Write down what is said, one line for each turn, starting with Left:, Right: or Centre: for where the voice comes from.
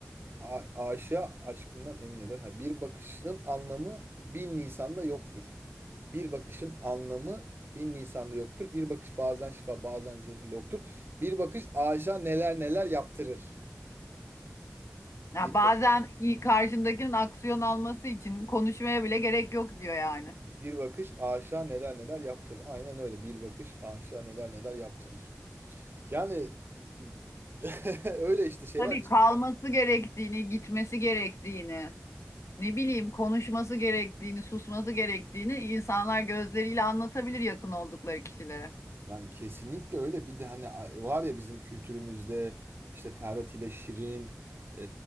Right: a- aşığa aşkından emin eder. Ha, bir bakışın anlamı bin Nisan'da yoktur. Bir bakışın anlamı bin Nisan'da yoktur. Bir bakış bazen şifa bazen zehirli oktur. Bir bakış aşığa neler neler yaptırır.
Left: Ya
Right: Bir,
Left: bazen
Right: bak-
Left: iyi- karşındakinin aksiyon alması için konuşmaya bile gerek yok diyor yani.
Right: bir bakış aşığa neler neler yaptırır. Aynen öyle. Bir bakış aşığa neler neler yaptırır. Yani <laughs> öyle işte şey
Left: Tabii
Right: var.
Left: kalması gerektiğini, gitmesi gerektiğini, ne bileyim konuşması gerektiğini, susması gerektiğini insanlar gözleriyle anlatabilir yakın oldukları kişilere.
Right: Yani kesinlikle öyle. Bir de hani a- var ya bizim kültürümüzde işte Ferhat ile Şirin, e,